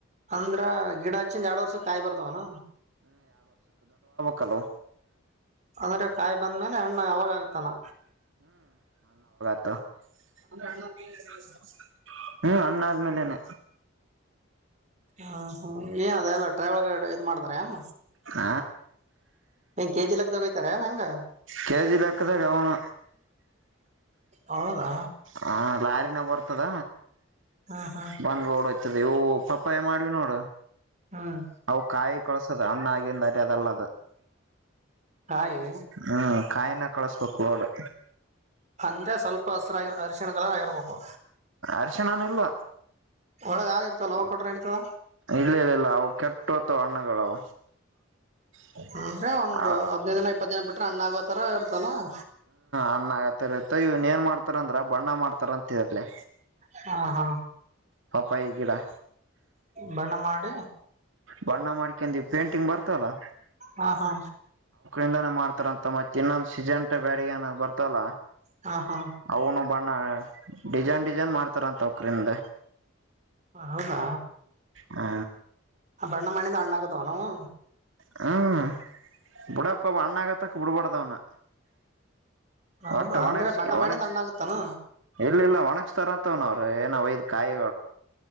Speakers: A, on the right; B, on the right.
A: ಅಂದ್ರ ಗಿಡ ಹಚ್ಚಿಂದ ಎರಡ್ ವರ್ಷ ಕಾಯಿ ಬರ್ತಾವನ
B: ಕಲೋ
A: ಅಂದ್ರೆ ಕಾಯಿ ಬಂದ್ಮೇಲೆ ಅಣ್ಣ ಯಾವಾಗ ಆಗ್ತಲ್ಲ
B: ಅ <unintelligible> ಹ್ಮ ಅಣ್ಣಾದ್ಮೇಲೆೇನೆ
A: ಹ್ಮ ಹ್ಮ್ ಏನ್ ಅದ ಎಲ್ಲ ಟ್ರೈ ಒಳಗ ಇದ್ ಮಾಡ್ತಾರ ಏನ್
B: ಹ
A: ಏನ್ ಕೆಜಿ ಲೆಕ್ಕದಾಗ ಹೋಯ್ತಾರ ಏನ್ ಹೆಂಗ
B: ಕೆಜಿ ಬೇಕದಾಗ ಅವನು
A: ಹೌದಾ
B: ಹ ಲಾರಿನ ಬರ್ತ ತದ
A: ಹ್ಮ್ ಹ್ಮ್
B: ಬಂದುಬೋಡ ಅ ಪಯ ಮಾಡ್ ನೋಡು
A: ಹ್ಮ್
B: ಅ ಕಾಯ ಕಳಸದ ಅ್ಣ ಹಾಗಂದ ಅ ಅದಲ್ಲ
A: ಕಾಯಿ
B: ಹ್ಮ ಕಾಯಿನ ಕಳಬೇಕು ನೋಡು
A: ಅಂದ್ರೆ ಸ್ವಲ್ಪ ಹಸರಾಗಿ ಅರಿಶಿಣ ಕಲರ್ ಆಗಿರ್ಬೇಕು
B: ಅಶ ಅಲ್ಲ
A: ಒಳಗ ಹಾಲ್ ಇರ್ತಲ್ಲ ಅವಾಗ ಕೊಟ್ರೆ ನಡೀತದ
B: ಇಲ್ಲ ಇಲ್ಲ ಇಲ್ಲ ಅವ ಕೆಟ್ಟ ಟ್ಟೋ ತೋಣಗಳಾವ ಹ್ಮ
A: ಅಂದ್ರೆ ಒಂದ್ ಹದ್ನೈದು ದಿನ ಇಪ್ಪತ್ತು ದಿನ ಬಿಟ್ರೆ ಹಣ್ಣಾಗೋ ತರ ಇರ್ತಲ್ಲ
B: ಅನ್ನ ಆಗತ್ತರತ್ತ ಇವನ್ ಏನ್ ಮಾಡ್ತ ಯಾಕಂದ್ರೆ ಬಣ್ಣ ಮಾಡ್ತಾರ ಅಂತ ಹೇಳರ್ಲಿ
A: ಹಾ ಹಾ
B: ಪಾಪ ಈ ಕಿಡಾ
A: ಬಣ್ಣ ಮಾಡಿ
B: ಬಣ್ಣ ಮಾಡ್ಕೊಂಡಿ ಪೇಂಟಿಂಗ್ರ್ತಲ್ಲಾ
A: ಹಾ ಹಾ
B: ಇದಾನೇ ಮಾಡ್ತಾರಂತ ಮತ್ತೆ ಇನ್ನೊಂದು ಸೀಜಂಟ ಬ್ಯಾಡಿಗೆಏನ ಬರ್ತಲ್ಲ
A: ಹಾ ಹಾ
B: ಅವನು ಬಣ್ಣ ಡಿಸೈನ್ ಡಿಸೈನ್ ಮಾಡ್ತಾರಂತ ಅವಕ್ರಿಂದ
A: ಹ ಹೌದಾ
B: ಹಾ
A: ಬಣ್ಣ ಮಾಡಿಂದ ಹಣ್ಣಾಗತ್ತಾವ ನಾವು
B: ಹ್ಮ್ ಬಿುಡಕ್ ಹಣ್ಣು ಹಾಗೋತನಕ ಬಿಡ್ಡಬಾರ್ದು ಅವ್ನ
A: ಹೌದಾ
B: ಒಟ್ಟ ಒಣಗಸ
A: ಅಂದ್ರೆ ಬಣ್ಣ ಮಾಡಿಂದ
B: ಒಣಗ
A: ಹಣ್ಣಾಗತ್ತಾನ
B: ಎಲ್ಲಲ್ಲ ಒಣಗಸ್ತಾರ ತವನ ಅವ್ರರು ಏನ ಒಯ್ ಕಾಯಿ